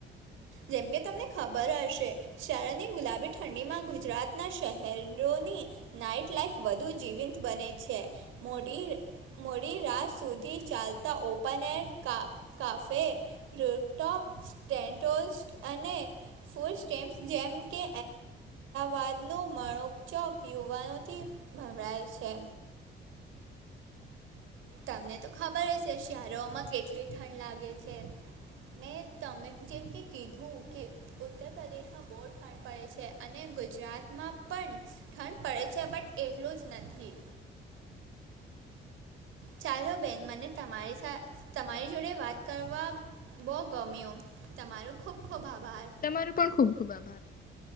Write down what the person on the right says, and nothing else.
જેમકે તમને ખબર હશે શાળાની ગુલાબી ઠંડી માંગુ ગુજરાતનાં શહેરોની નાઈટ લાાઈફ વધુ જીવંત બને છે. મોડી મોડી રાત સુધી ચાલતા ઓપન એર કા કાફે રો ટોપ સ્ટેન્ટો અને ફૂલ સ્ટેમ્સ જેમ કે વાદનો મણોકચોક યુવાનોથી ભભળાય છે. તમને તો ખબર હ છે શિયાારોમાં કેટલી ઠંડ લાગે છે. મેં તમે જેમ કે કીધું કે ઉત્તર પ્રદેશમાં બહુ ઠંડ પડે છે અને ગુજરાતમાં પણ ઠંડ પડે છે બટ એટલું જ નથી. ચાલો બેન મને તમારી તમારી જોડે વાત કરવા બહુ ગમ્યું તમારુ ખૂબ ખૂબ આભાર.